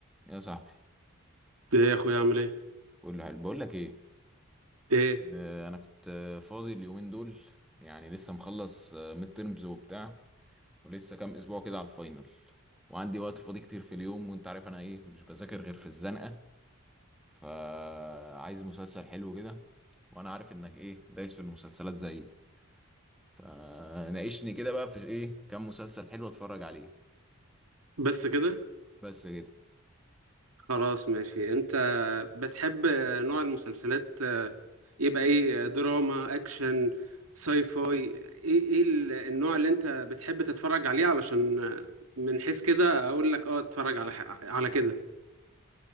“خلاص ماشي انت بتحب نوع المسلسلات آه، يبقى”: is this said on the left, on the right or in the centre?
Right